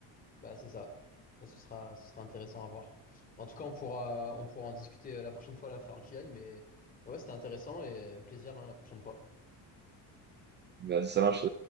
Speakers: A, on the left (about 20°); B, on the right (about 25°).
A: Bah, c'est ça. Bah, ce sera, ce sera intéressant à voir. En tout cas, on pourra, on pourra en discuter euh, la prochaine fois. Là, il va falloir que j'y aille, mais, mais ouais, c'était intéressant et euh, plaisir hein, la prochaine fois.
B: Vas-y, ça marche.